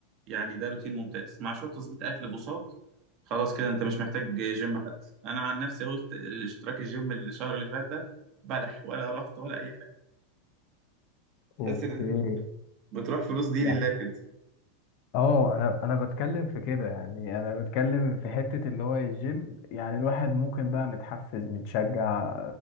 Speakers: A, on the right; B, on the left.
A: يعني ده روتين ممتاز مع شويه تظبيط اكل بساط خلاص كده انت مش محتاج جيم حتى انا عن نفسي اهو اشت- اشتراك الجيم الشهر اللي فات ده بلح ولا رحت ولا اي حاجه تحس
B: اوكي
A: ان بتروح فلوس دي
B: يعني
A: لله كده
B: اه انا انا بتكلم في كده يعني انا بتكلم في حتة اللي هو الجيم يعني الواحد ممكن بقى متحفز متشجع